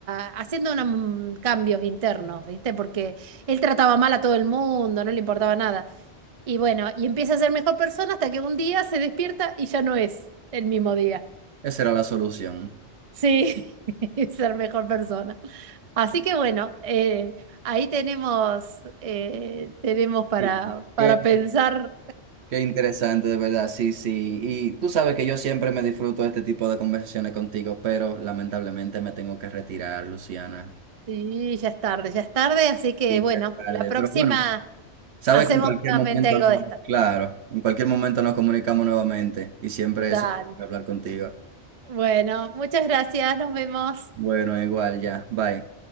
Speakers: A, on the right (about 40°); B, on the right (about 70°).
A: a- haciendo unos cambios internos, ¿viste? Porque él trataba mal a todo el mundo, no le importaba nada. Y bueno, y empieza a ser mejor persona hasta que un día se despierta y ya no es el mismo día.
B: Esa era la solución.
A: Sí, <laughs> ser mejor persona. Así que bueno, eh, ahí tenemos, eh, tenemos para,
B: Sí,
A: para
B: qué,
A: pensar.
B: qué interesante, de verdad. Sí, sí. Y tú sabes que yo siempre me disfruto de este tipo de conversaciones contigo, pero lamentablemente me tengo que retirar, Luciana.
A: Sí, ya es tarde, ya es tarde, así que
B: Sí,
A: bueno,
B: ya es tarde.
A: la próxima
B: Pero bueno, sabes
A: hacemos
B: que en cualquier
A: nuevamente
B: momento
A: algo
B: no,
A: de esto.
B: claro, en cualquier momento nos comunicamos nuevamente y siempre
A: Dale.
B: eso, hablar contigo.
A: Bueno, muchas gracias, nos vemos.
B: Bueno, igual, ya. Bye.